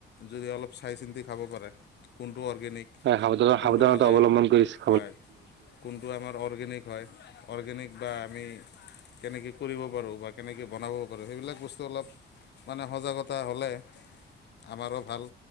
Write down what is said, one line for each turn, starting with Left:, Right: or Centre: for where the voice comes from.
Left: যদি অলপ চাই চিন্তি খাব পাৰে। কোনটো অৰ্গেনিক
Right: হয় সাৱধানা
Left: কোনটো
Right: সাৱধানতা
Left: খালে
Right: অৱলম্বন কৰিছে।
Left: হয়। কোনটো আমাৰ অৰ্গেনিক হয় অৰ্গেনিক বা আমি কেনেকে কৰিব পাৰোঁ বা কেনেকে বনাব পাৰোঁ সেইবিলাক বস্তু অলপ মানে সজাগতা হ'লে আমাৰো ভাল।